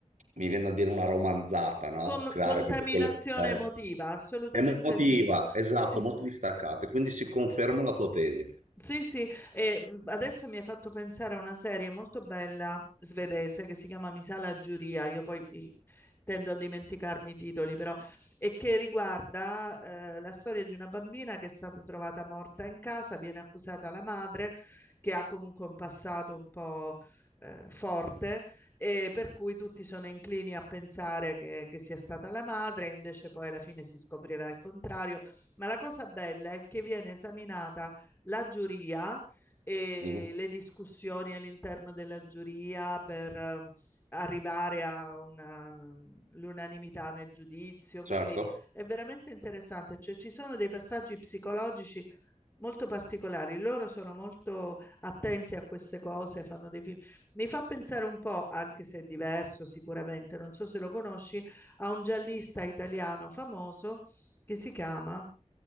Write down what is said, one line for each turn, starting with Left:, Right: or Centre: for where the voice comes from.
Right: mi viene a dire una romanzata, no?
Left: Com-
Right: Creare
Left: contaminazione
Right: tutto quelle... eh,
Left: emotiva, assolutamente
Right: emotiva,
Left: sì.
Right: esatto,
Left: Sì.
Right: molto distaccata. Quindi si conferma la tua tesi.
Left: Sì, sì, e mh, adesso mi hai fatto pensare a una serie molto bella svedese che si chiama Mi sa la giuria, io poi i- tendo a dimenticarmi i titoli però, e che riguarda eh, la storia di una bambina che è stata trovata morta in casa, viene accusata la madre che ha comunque un passato un po' eh, forte e per cui tutti sono inclini a pensare che, che sia stata la madre, invece poi alla fine si scoprirà il contrario, ma la cosa bella è che viene esaminata la giuria e
Right: Mhm,
Left: le discussioni all'interno della giuria per ehm, arrivare all'unanimità nel giudizio,
Right: Certo.
Left: quindi è veramente interessante, cioè, ci sono dei passaggi psicologici molto particolari, loro sono molto attenti a queste cose, fanno dei film. Mi fa pensare un po', anche se è diverso sicuramente, non so se lo conosci, a un giallista italiano famoso che si chiama